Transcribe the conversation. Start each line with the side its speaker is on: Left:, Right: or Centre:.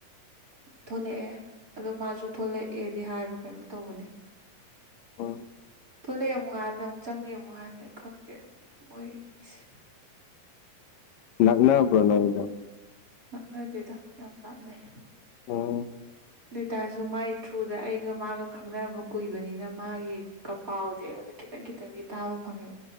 Right: ꯊꯣꯛꯂꯛꯑꯦ ꯑꯗꯣ ꯃꯥꯁꯨ ꯊꯂꯛꯑꯦꯗꯤ ꯍꯥꯏꯕ꯭ꯔꯥ ꯀꯩꯅꯣꯝ ꯇꯧꯕꯅꯤ
Left: ꯑ
Right: ꯊꯨꯜꯂꯛꯑꯦ ꯑꯃꯨꯛꯉꯥꯏꯕꯅꯦ ꯑꯃꯨꯛ ꯆꯪꯉꯦ ꯑꯃꯨꯛꯉꯥꯏꯕꯅꯦ ꯈꯪꯗꯦ ꯃꯣꯏꯁꯦ
Left: ꯅꯛꯅ ꯄ꯭ꯔꯅꯣꯏꯗ
Right: ꯂꯞꯅꯗꯦꯗ ꯌꯥꯝ ꯂꯥꯞꯅꯩ
Left: ꯎꯝ
Right: ꯑꯗꯨꯇꯥꯔꯁꯨ ꯃꯥꯒꯤ ꯊ꯭ꯔꯨꯗ ꯑꯩꯒ ꯃꯥꯒ ꯈꯪꯅꯔꯝꯕ ꯀꯨꯏꯕꯅꯤꯅ ꯃꯥꯒꯤꯒ ꯄꯥꯎꯗꯤ ꯑꯩꯉꯣꯟꯗ ꯈꯤ ꯈꯤꯇꯪ ꯈꯤꯇꯪꯗꯤ ꯇꯥꯕ ꯐꯪꯉꯦꯕ